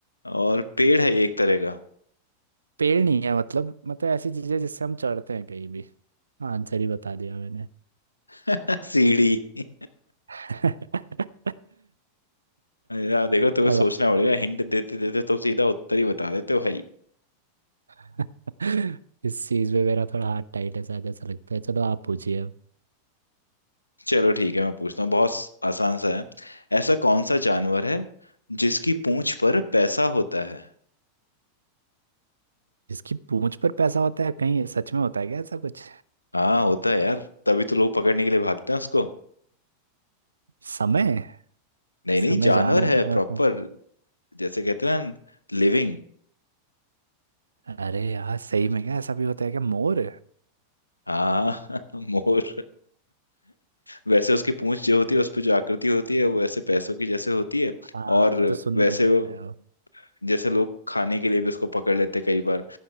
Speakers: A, on the left; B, on the right.
A: और पेड़ है ये एक तरह
B: पेड़ नहीं है मतलब मतलब ऐसी चीजें जिससे हम चढ़ते हैं कहीं भी आंसर ही बता दिया मैंने
A: का <laughs> सीढ़ी
B: <laughs>
A: यार देखो तुम्हें
B: अब
A: सोचना
B: आप
A: पड़ेगा
B: पूछिए।
A: हिंट देते देते तुम सीधा उत्तर ही बता देते हो भाई
B: <laughs> इस चीज में मेरा थोड़ा हाथ टाइट है शायद ऐसा लगता है चलो आप पूछिए अब
A: चलो ठीक है मैं पूछता हूँ बहुत आसान सा है ऐसा कौन सा जानवर है जिसकी पूंछ पर पैसा होता है
B: जिसकी पूंछ पर पैसा होता है कहीं सच में होता है क्या ऐसा कुछ
A: हाँ होता है यार तभी तो लोग पकड़ने के लिए भागते हैं उसको
B: समय
A: नहीं
B: समय
A: नहीं जानवर
B: जानवर
A: है
B: में
A: प्रॉपर
B: होता है
A: जैसे कहते हैं ना लिविंग
B: अरे यार सही में क्या ऐसा भी होता है क्या मोर
A: हाँ <laughs> मोर वैसे उसकी पूंछ जो होती है उस पर जो आकृति होती है वो ऐसे पैसों की जैसे होती है
B: हाँ
A: और
B: वो तो सुंदर
A: वैसे
B: लगता
A: वो
B: है वो
A: जैसे लोग खाने के लिए भी उसको पकड़ लेते हैं कई बार